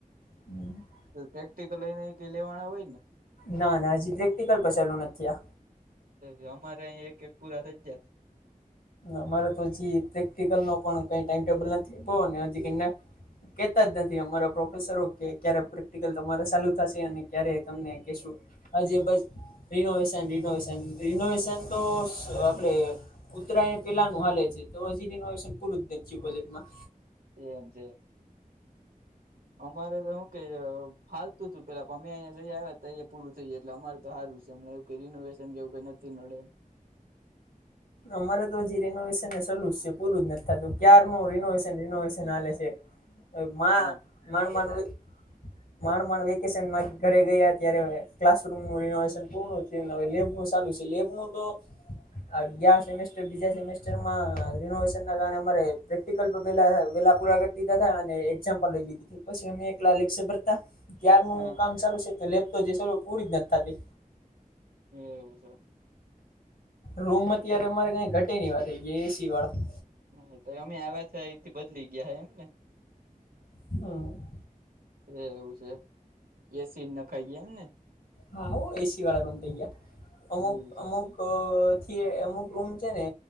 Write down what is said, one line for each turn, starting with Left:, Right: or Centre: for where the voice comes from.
Left: <unintelligible>
Right: પ્રેક્ટિક લઈને કઈ લેવાના હોય ને?
Left: ના ના હજી પ્રેક્ટિકલ પણ ચાલુ નથી આ
Right: એ અમારે અહી એક એક પૂરા થઈ જાય
Left: અમારે તો હજી પ્રેક્ટિકલ નો પણ કઈ ટાઈમ ટેબલ નથી <unintelligible> ને હજી કને કેતા જ નથી અમારા પ્રોફેસરો કે, ક્યારે પ્રેક્ટિકલ તમારે સાલુ થશે અને ક્યારે તમને કેશું હજે બસ રિનોવેશન, રિનોવેશન, રિનોવેશન તો સ આપડે ઉત્તરાયણ પેલાનું હાલે છે, તો હજી રિનોવેશન પૂરું જ નથી થયું કોલેજમાં.
Right: એમ છે. અમારે તો હુ કે હવે, હાલતું હતું પેલા અમે <unintelligible> અહીંયા જઈ આવ્યા ત ઈ પૂરું થઈ જાય એટલે અમારે તો હારું છે હમણાં એવું કે રિનોવેશન કેવું કઈ નતિ નડે
Left: અમારે તો હજી રિનોવેશનને સલુ સે પૂરું જ નથી થાતું ક્યારનુ રિનોવેશન રિનોવેશન હાલે સે
Right: <inaudible>
Left: એક મા
Right: હ
Left: માણ માણડવલી માણ માણ વેકેશનમાં ઘરે ગયા ત્યારે ક્લાસરૂમ નું રિનોવેશન પૂર્ણ થયું હવે લેબ સાલુ સે લેબ નુ તો
Right: <inaudible>
Left: આ ગયા સેમેસ્ટર, બીજા સેમેસ્ટરમાં રિનોવેશન ના કારણે અમારે પેકિટકલ પેલા વેલા પૂરા કરી દીધા તા અને એક્ઝામ્પલ લઈ લીધી તીપછી અમે <unintelligible> ભરતા ત્યારનું
Right: હા
Left: કામ ચાલુ છે તો લેપ શરુ જે પૂરી જ નથી થાતી
Right: એવું છે.
Left: રૂમ અત્યારે અમારે કઈ ઘટે નહીં એવા થઇ ગયા એસી વાળા
Right: હા તો અમે આવ્યા છ એથી બદલી ગયા હ એમ ને
Left: હા
Right: એ એવું છે એસી ન નખાઈ ગયા એમને
Left: હા હો એસી વાળા રૂમ થઈ ગયા અમુક
Right: એવું છે
Left: અમુક થી અમુક રૂમ છે ને